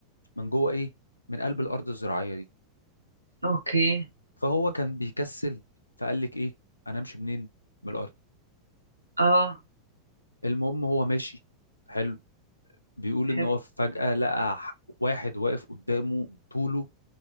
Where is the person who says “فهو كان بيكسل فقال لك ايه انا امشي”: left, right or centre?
Left